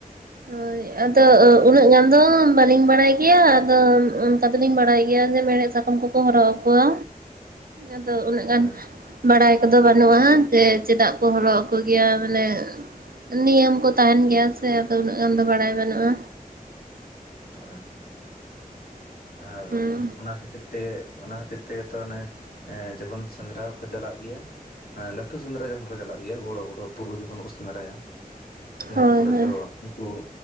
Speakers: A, on the right; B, on the left.
A: ᱦᱳᱭ᱾ ᱟᱫᱚ ᱩᱱᱟᱹᱜ ᱜᱟᱱ ᱫᱚ ᱵᱟᱹᱞᱤᱧ ᱵᱟᱲᱟᱭ ᱜᱮᱭᱟ, ᱟᱫᱚ ᱚᱱᱠᱟ ᱫᱚᱞᱤᱧ ᱵᱟᱲᱟᱭ ᱜᱮᱭᱟ ᱡᱮ ᱢᱮᱲᱦᱮᱫ ᱥᱟ ᱠᱚᱢ ᱠᱚ ᱠᱚ ᱦᱚᱨᱚᱜ ᱟᱠᱚᱣᱟ, ᱟᱫᱚ ᱩᱱᱟᱹᱜ ᱜᱟᱱ
B: ᱦᱮᱸ
A: ᱵᱟᱲᱟᱭ ᱠᱚᱫᱚ ᱵᱟᱹᱱᱩᱜ-ᱟ ᱡᱮ ᱪᱮᱫᱟᱜ ᱠᱚ ᱦᱚᱨᱚᱜ ᱟᱠᱚ ᱜᱮᱭᱟ ᱢᱟᱱᱮ ᱱᱤᱭᱚᱢ ᱠᱚ ᱛᱟᱦᱮᱸᱱ ᱜᱮᱭᱟ ᱥᱮ ᱟᱫᱚ ᱩᱱᱟᱹᱜ ᱜᱟᱱ ᱫᱚ ᱵᱟᱲᱟᱭ ᱵᱟᱱᱩᱜ-ᱟ᱾
B: ᱦᱳᱭ ᱦᱳᱭ ᱟᱨ
A: ᱦᱩᱸ
B: ᱚᱱᱟ ᱠᱷᱟᱹᱛᱤᱨ ᱛᱮ ᱚᱱᱟ ᱠᱷᱟᱹᱛᱤᱨ ᱛᱮᱜᱮ ᱛᱚ ᱚᱱᱮ ᱮᱸ ᱡᱚᱠᱷᱚᱱ ᱥᱮᱸᱫᱽᱨᱟ ᱠᱚ ᱪᱟᱞᱟᱜ ᱜᱮᱭᱟ, ᱮᱸ‌ ᱞᱟᱹᱴᱷᱩ ᱥᱮᱸᱫᱽᱨᱟ ᱡᱚᱠᱷᱚᱱ ᱠᱚ ᱪᱟᱞᱟᱜ ᱜᱮᱭᱟ ᱵᱚᱲᱚ ᱵᱚᱲᱚ ᱵᱩᱨᱩ ᱡᱚᱠᱷᱚᱱ ᱠᱚ ᱥᱮᱸᱫᱽᱨᱟᱭᱟ, ᱡᱟᱦᱟᱸ
A: ᱦᱳᱭ
B: ᱠᱚᱨᱮ
A: ᱦᱳᱭ
B: ᱫᱚ ᱩᱱᱠᱩ